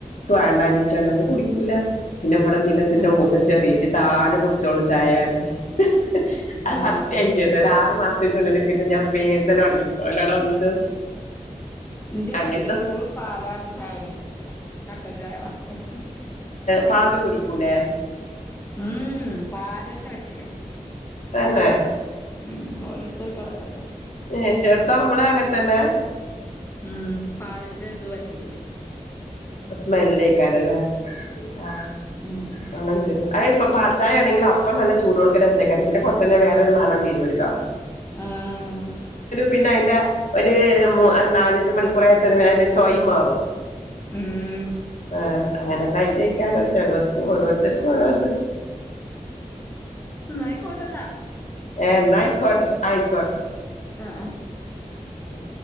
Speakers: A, on the left; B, on the left.
A: ക്ക് വാണ്ടാഞ്ഞിട്ടാണ് കുടിക്കൂല പിന്നെമ്മടെ നനസിന്റെ
B: ആഹ്
A: മൂത്തെ ചെറീജി താനെ കുടിച്ചോളും ചായ. <unintelligible> അത്
B: ആഹ്
A: സത്യാവോം ചെയ്ത്, ഒരു ആറു മാസത്തിൻ്റുള്ളില് പിന്നെ ഞാൻ പേന്തല് തൊടങ്ങി. ഓലാടെ വന്നീൻ്റെ ശേഷം
B: ഇന്റെ
A: അങ്ങനത്തെ
B: വലിയ മോള് പാലാർന്ന ചായൊന്നും കുടിക്കൂല കട്ടൻ ചായ മാത്രം.
A: പാലും കുടിക്കൂലേ?
B: ഉം പാലന്നെ <unintelligible>
A: തെന്നെ
B: ഉം ഓരോരുത്തർക്ക് ഓരോര
A: ഏഹ് ചെറുതാവുമ്പളെ അങ്ങനെത്തന്നെ?
B: ഉം പാലിന്റെ ഇത് പറ്റൂലോ
A: സ്മെല്യിക്കാരല്ലേ ആ
B: ഉം
A: <unintelligible> ചെയ്ത് അത് ഇപ്പൊ പാൽച്ചായ ആണെങ്കില് അപ് ഇപ്പ നല്ല ചൂടോടുക്കനെ രസാ <unintelligible> കൊറച്ചയിഞ്ഞാ വേറൊരു മണം വെരുവല്ലോ?
B: ഉം അങ്ങനെ
A: പിന്നെ അതിന്റെ ഒരു നാലഞ്ച് മണിക്കൂറായത്തേരെ അതിന്റെ ഒരു ചോയ് മാറും.
B: ഉം
A: ആഹ് അങ്ങനൊക്കെ ആയിട്ടായി <unintelligible> ചെലോർക്ക് ഓരോരുത്തർക്കും ഓരോ ഇത്.
B: ഇന്നായിക്കോട്ടെന്നാ
A: ഏഹ് ഇന്നാ ആയിക്കോട്ടെ ആയിക്കോട്ടെ
B: ഉം ഉം
A: ഉം